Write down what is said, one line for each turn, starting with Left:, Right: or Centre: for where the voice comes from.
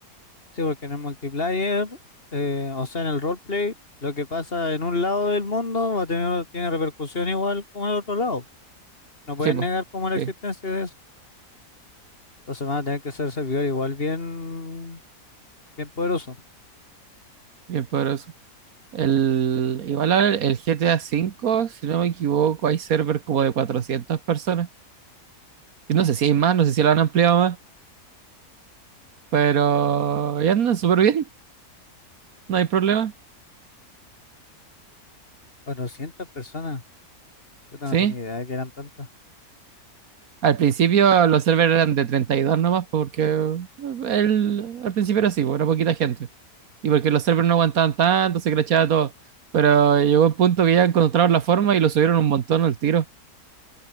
Left: Sí, porque en el multiplayer, eh, o sea, en el roleplay, lo que pasa en un lado del mundo va a tener, tiene repercusión igual como en el otro lado. No pueden
Right: Sí, po,
Left: negar como la
Right: sí,
Left: existencia de eso. Entonces van a tener que ser servidor igual bien, bien poderoso.
Right: bien poderoso. El, igual ahora el GTA V, si no me equivoco, hay server como de 400 personas. Y no sé si hay más, no sé si lo han ampliado más, pero ya andan súper bien, no hay problema.
Left: 400 personas, yo no
Right: Sí,
Left: tenía idea de que eran tantas.
Right: Al principio los servers eran de 32 nomás porque el, al principio era así, pues, era poquita gente. Y porque los servers no aguantaban tanto, se crachaba todo. Pero llegó un punto que ya encontraron la forma y lo subieron un montón al tiro.